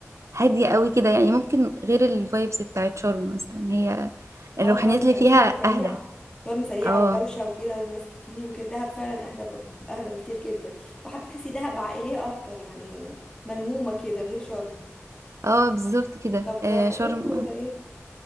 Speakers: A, on the right; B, on the left.
A: هادية قوي كده يعني ممكن غير الفايبس بتاعت شرم مثلا هي الروحانيات
B: اه شرم
A: اللي فيها
B: شرم سريعة
A: اهدى
B: شرم سريعة
A: اه
B: ودوشة وكده وناس كتير وكده دهب فعلا اهدى بأك- اهدى بكتير جدا وحتى تحسي دهب عائلية اكتر يعني ملمومة كده غير شرم
A: اه بالظبط كده
B: طب
A: آه،
B: حجزتوا
A: شرم
B: ولا ايه